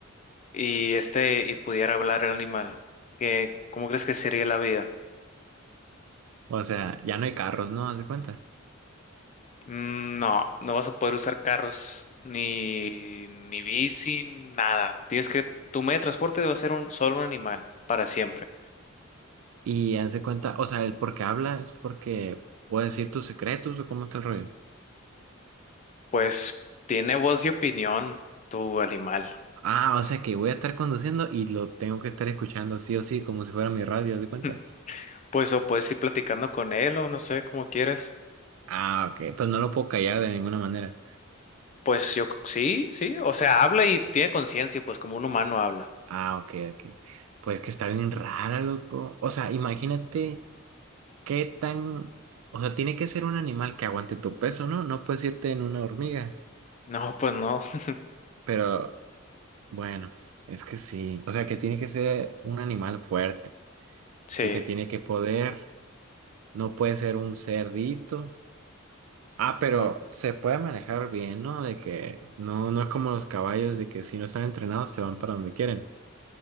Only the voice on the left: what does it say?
y este, y pudiera hablar el animal? ¿Qué, cómo crees que sería la vida?
Mm, No, no vas a poder usar carros ni, ni bici, nada. Tienes que, tu medio de transporte va a ser un, solo un animal para siempre.
Pues tiene voz y opinión, tu animal.
<laughs>
Pues o puedes ir platicando con él o no sé, como quieres.
Pues yo c- sí, sí, o sea, habla y tiene conciencia, pues como un humano habla.
No, pues no, <laughs>
sí,
no.